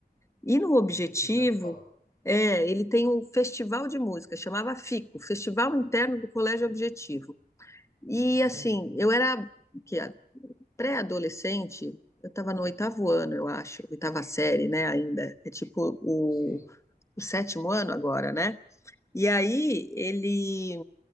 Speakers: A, on the left; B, on the left.
A: E no Objetivo,
B: objetivo já vi falar.
A: é, ele tem um festival de música, chamava FICO, Festival Interno do Colégio Objetivo. E
B: Sim,
A: assim, eu era que pré-adolescente, eu estava no oitavo ano, eu acho, oitava série, né, ainda. É tipo o,
B: sim,
A: o sétimo ano agora, né? E aí, ele.